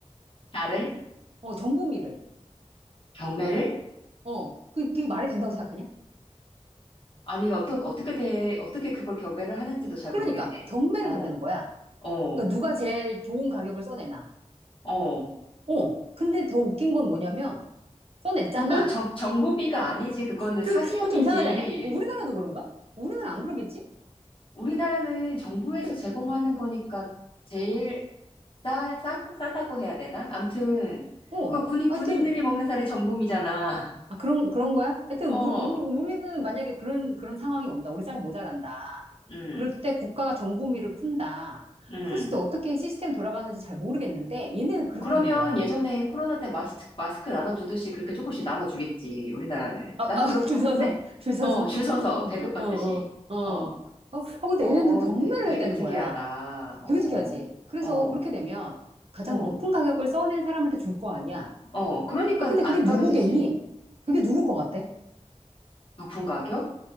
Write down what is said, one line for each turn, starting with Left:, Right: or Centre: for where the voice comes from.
Left: 쌀을?
Right: 어, 정부미를.
Left: 경매를?
Right: 어, 그, 그게 말이 된다고 생각하냐?
Left: 아니, 어떻게, 어떻게 돼, 어떻게 그걸 경매를 하는지도 잘
Right: 그러니까,
Left: 모르겠네.
Right: 경매를
Left: 어.
Right: 한다는 거야.
Left: 어,
Right: 그러니까 누가 제일 좋은 가격을 써내나.
Left: 어,
Right: 어, 근데 더 웃긴 건 뭐냐면, 써냈잖아.
Left: 그건 정, 정부비가 아니지. 그거는
Right: 그,
Left: 사기업이지.
Right: 그 좀 이상하지 않냐? 우리나라도 그런가? 우리나라 안 그러겠지?
Left: 우리나라는 정부에서
Right: 그,
Left: 제공하는 거니까 제일 싸, 싸, 싸다고 해야 되나? 암튼,
Right: 어,
Left: 그거 군인,
Right: 하여튼,
Left: 군인들이 먹는 살이 정부미잖아.
Right: 아, 그런, 그런 거야? 하여튼,
Left: <laughs> 어,
Right: 우- 우리, 우리는 만약에 그런, 그런 상황이 온다. 우리 쌀 모자란다.
Left: 음,
Right: 그럴 때 국가가 정부미를 푼다.
Left: 음.
Right: 그랬을 때 어떻게 시스템 돌아가는지 잘 모르겠는데, 얘네는 그렇다는
Left: 그러면
Right: 거야.
Left: 예전에 코로나 때 마스크, 마스크 나눠주듯이 그렇게 조금씩 나눠주겠지, 우리나라는.
Right: 아,
Left: 나는
Right: 아, <laughs>
Left: 그럴 것 같은데?
Right: 줄 서서, 줄 서서.
Left: 어, 줄 서서
Right: <laughs>
Left: 배급받듯이.
Right: 어, 어, 어. 어,
Left: 어,
Right: 어, 근데
Left: 어,
Right: 얘네는 경매를
Left: 근데 되게
Right: 했다는
Left: 특이하다.
Right: 거야.
Left: 어,
Right: 되게 특이하지? 그래서
Left: 어,
Right: 그렇게 되면 가장
Left: 어.
Right: 높은 가격을 써낸 사람한테 줄 거 아니야?
Left: 어, 그러니까
Right: 야, 근데 그게
Left: 안
Right: 누구겠니?
Left: 떨어지지.
Right: 그게 누굴 것 같아?
Left: 높은 가격?